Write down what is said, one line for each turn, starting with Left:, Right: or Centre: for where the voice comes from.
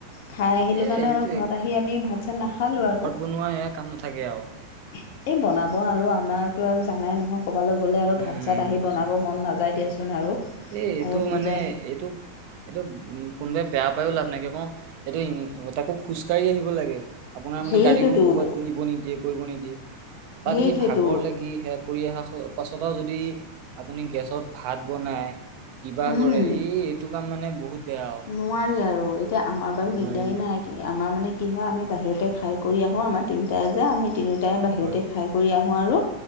Left: খাই আহিলোঁ
Right: এ
Left: কাৰণে
Right: এইটোৱে
Left: আৰু ঘৰত আহি আমি ভাত-চাত নাখালোঁ আৰু।
Right: কোনোৱাই এয়া কাম নাথাকে আও।
Left: এই বনাব আৰু আমাৰতো আৰু জানাই নহয়। ক'বালৈ গ'লে আৰু
Right: উম
Left: ভাত-চাত আহি
Right: বুজিছো
Left: বনাব মন নাযায় দিয়াচোন আৰু।
Right: এ এইটো
Left: আৰু পূজা
Right: মানে এইটো এইটো উ কোনোবাই বেয়া পায়ো লাভ নাই। কিয় কও এইটো তাকো খোজকাঢ়ি আহিব লাগে। আপোনাৰ মানে
Left: সেইটোতো
Right: গাড়ীও ক'ৰবাত নিব নিদিয়ে কৰিব নিদিয়ে তাত
Left: সেইটোৱেতো
Right: সেই ভাগৰ লাগি সে কৰি অহা পাছত যদি আপুনি গেছত ভাত বনাই কিবা
Left: উম
Right: কৰে ই, এই এইটো কাম মানে বহুত বেয়া আৰু
Left: নোৱাৰি আৰু এতিয়া আমাৰ বাৰু
Right: নোৱাৰি
Left: দিগদাৰ
Right: নোৱাৰি
Left: নাই। কি আমাৰ মানে কি হয় আমি বাহিৰতে খাই কৰি আহোঁ আমাৰ তিনিটাই যে আমি তিনি টাই বাহিৰতে
Right: হয়
Left: খাই কৰি আহোঁ আৰু।